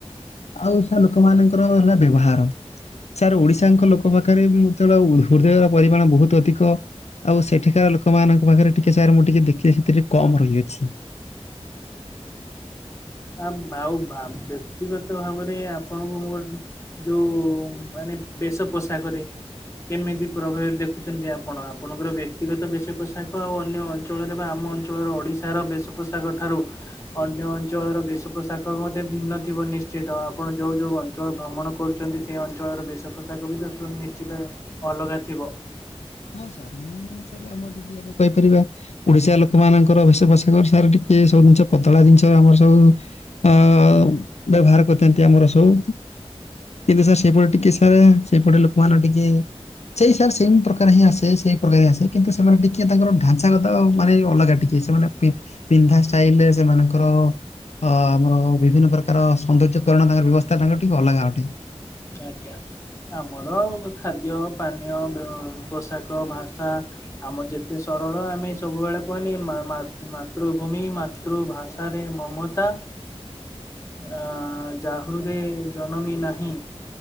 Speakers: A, on the left; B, on the left.
A: ଆଉ ସେ ଲୋକ ମାନଙ୍କର ହେଲା ବ୍ୟବହାର। ସାର୍ ଓଡିଶାଙ୍କ ଲୋକ ପାଖରେ ବି ମତେ ହୃଦୟର ପରିମାଣ ବହୁତ ଅଧିକ। ଆଉ ସେଠିକାର ଲୋକମାନଙ୍କ ପାଖରେ ଟିକେ ସାର୍ ମୁଁ ଟିକେ ଦେଖି ସେ ଟିକେ କମ୍ ରହିଅଛି‌।
B: ଆମ୍‌ ବାଉ‌ ବା ବ୍ୟକ୍ତି ଗତ ଭାବରେ ମୁଁ ଆପଣଙ୍କୁ ମୁଁ ଗୋ ଯୋଉ ମାନେ ବେଶ ପୋଷାକରେ। କେମିତି ପ୍ରଭାବିତ ଦେଖୁଛନ୍ତି ଆପଣ ଆପଣଙ୍କର ବ୍ୟକ୍ତିଗତ ବେଶ ପୋଷାକ ଆଉ ଅନ୍ୟ‌ ଚୋଳଦେବା ଅଞ୍ଚଳରେ ବା ଆମ ଅଞ୍ଚଳର ଓଡିଶାର ବେଶପୋଷାକର ଠାରୁ ଅନ୍ୟ ଅଞ୍ଚଳର ବେଶ ପୋଷାକ ମଧ୍ୟ ଭିନ୍ନ ଥିବ ନିଶ୍ଚିତ ଆପଣ ଯୋଉ ଯୋଉ ଅଞ୍ଚଳ ଭ୍ରମଣ କରୁଚିନ୍ତି ସେ ଅଞ୍ଚଳର ବେଶ ପୋଷାକ ବି <unintelligible> ନିଶ୍ଚିତ ଅଲଗା ଥିବା।
A: ହଁ ସାର୍ ମୁଁ ସାର୍ ଆମର ଯଦି ଆବେ କହିପାରିବା ଓଡିଶା ଲୋକମାନଙ୍କର ଭେଷ ପୋଷାକ ସାର୍ ଟିକେ ସବୁ ଜିନିଷ ପତଳା ଜିନିଷ ଆମର ସବୁ ଆଁ ବ୍ୟବହାର କରିଥାନ୍ତି ଆମର ସବୁ। କିନ୍ତୁ ସାର୍ ସେଇପଟେ ଟିକେ ସାର୍ ସେଇପଟେ ଲୋକ ମାନେ ଟିକେ ସେଇ ସାର୍ ସେମ୍ ପ୍ରକା ର ହିଁ ଆସେ ସେଇ ପ୍ରକାର ହଁ ଆସେ କିନ୍ତୁ ସେମାନେ ଟିକେ ତାଙ୍କର ଢାଞ୍ଚାାଗତ ମାନେ ଅଲଗା ଟିକେ ସେମାନେ ପିନ୍ଧା ଷ୍ଟାଇଲ ରେ ସେମାନଙ୍କର ଅ ଆମର ବିଭିନ୍ନ ପ୍ରକାର ସୌନ୍ଦର୍ଯ୍ୟକରଣ ତାଙ୍କର ବ୍ୟବସ୍ଥା ତାଙ୍କର ଟିକେ ଅଲଗା ଅଟେ।
B: ଆଜ୍ଞା। ଆମର ଖାଦ୍ୟ ପାନୀୟ ବ ପୋଷାକ ଭାଷା ଆମର ଯେତେ ସରଳ ଆମେ ସବୁବେଳେ କୁହନି ମା-ମା-ମାତ-ମାତୃଭୂମି ମା ତୃଭାଷାରେ ମମତା ଆ ଜାହୃଦେ ଜନମି ନାହିଁ।